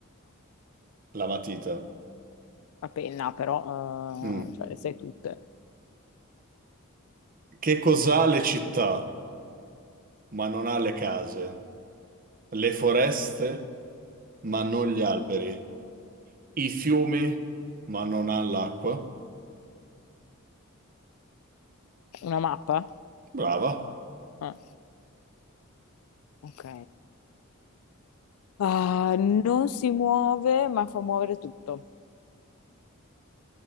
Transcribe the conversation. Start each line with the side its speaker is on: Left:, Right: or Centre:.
Right: la matita.
Left: La penna però,
Right: Mm.
Left: eh, cioè le sai tutte.
Right: Che cos'ha le città? ma non ha le case, le foreste, ma non gli alberi, i fiumi, ma non ha l'acqua.
Left: Una mappa?
Right: Brava,
Left: Eh. Ok. Ah, non si muove, ma fa muovere tutto.